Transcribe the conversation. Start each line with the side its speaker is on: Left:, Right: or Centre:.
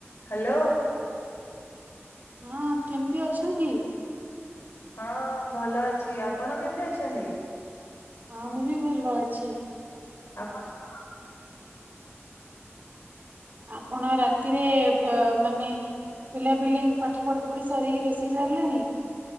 Left: Hello.
Right: ହଁ କେମିତି ଅଛନ୍ତି?
Left: ହଁ ଭଲ ଅଛି। ଆପଣ କେମିତି ଅଛନ୍ତି?
Right: ହଁ ମୁଁ ବି ଭଲ ଅଛି।
Left: ଆଉ ଆପଣ
Right: ଆପଣ ରାତିରେ ବ ମାନେ ପିଲାପିଲି ଙ୍କି ପାଠ ପଢା ପଢି ସରିକି ରୋ ଷେଇ ସାରିଲେଣି?